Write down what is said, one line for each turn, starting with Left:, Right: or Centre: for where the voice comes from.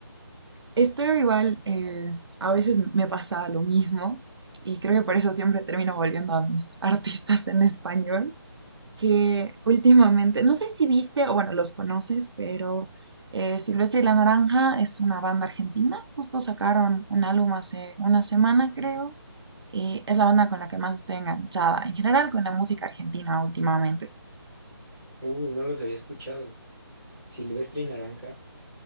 Right: Estoy igual, eh, a veces me pasa lo mismo y creo que por eso siempre termino volviendo a mis artistas en español. que últimamente, no sé si viste, o bueno, los conoces, pero eh, Silvestre y la Naranja es una banda argentina, justo sacaron un álbum hace una semana, creo, y es la banda con la que más estoy enganchada, en general con la música argentina últimamente.
Centre: Uy, no los había escuchado. Silvestre y Naranja.